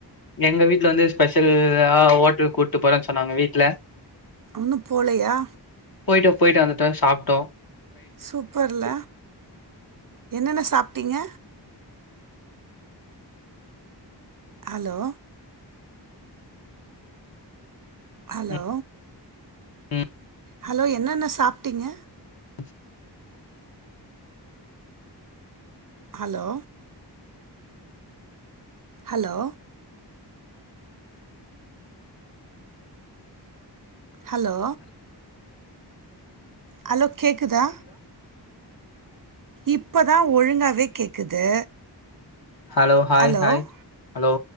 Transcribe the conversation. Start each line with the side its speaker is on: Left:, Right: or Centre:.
Left: எங்க வந்து ஸ்பெஷல்லா ஓட்டலுக் கூட் டு போறேன் சொன்னாங்க வீட்ல
Right: ஒன்னும் போலயா
Left: போயிட்டோம் போயிட்டு வந்துட்தா சாப்டோம்
Right: சூப்பர்ல என்னன்ன சாப் டிங்க ஹலோ ஹலோ
Left: ம் ம்
Right: ஹலோ என்னன்ன சாப்ட்டீங்க
Left: ஆம் <inaudible>
Right: ஹலோ ஹலோ ஹலோ ஹலோ கேக்குதா இப்பதா ஒழுங்காவே கேக்குது
Left: hello hi
Right: hello
Left: hi hello